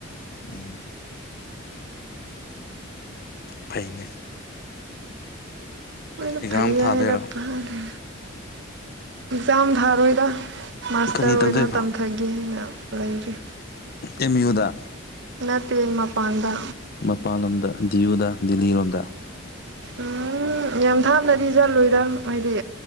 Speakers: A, on the left; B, on the right.
A: ꯎꯝ ꯐꯩꯅꯦ꯫
B: ꯑꯣꯏꯩꯅ
A: ꯑꯦꯛꯖꯥꯝ
B: ꯐꯩ
A: ꯊꯥꯗꯣꯏꯔꯣ
B: ꯍꯥꯏꯔꯄꯔ ꯑꯦꯛꯖꯥꯝ ꯊꯥꯔꯣꯏꯗ ꯃꯥꯁꯇꯔ
A: ꯀꯔꯤ ꯇꯧꯗꯣꯏꯕ
B: ꯑꯣꯏꯅ ꯇꯝꯊꯒꯦ ꯍꯥꯏꯅ ꯂꯩꯔꯤ꯫
A: ꯑꯦꯝ ꯌꯨꯗ
B: ꯅꯠꯇꯦ ꯇꯃꯄꯥꯟꯗ
A: ꯃꯄꯥꯟꯂꯣꯝꯗ ꯗꯤꯌꯨꯗ ꯗꯗꯤꯜꯂꯤꯔꯣꯝꯗ
B: ꯎꯝ ꯌꯥꯝ ꯊꯥꯞꯅꯗꯤ ꯆꯠꯂꯣꯏꯗ ꯍꯥꯏꯗꯤ